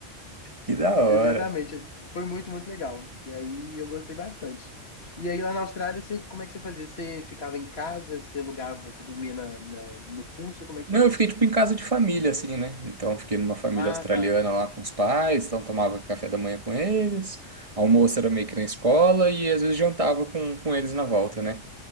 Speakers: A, on the right (about 25°); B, on the left (about 50°).
A: Que da hora.
B: Exatamente. Foi muito, muito legal. E aí eu gostei bastante. E aí lá na Austrália, você, como é que você fazia? Você ficava em casa, você alugava, você dormia na, na- no curso, como é que
A: Não,
B: era?
A: eu fiquei tipo em casa de família, assim, né? Então, eu fiquei numa família
B: Ah,
A: australiana
B: tá.
A: lá com os pais, então tomava café da manhã com eles, almoço era meio que na escola e às vezes jantava com, com eles na volta, né?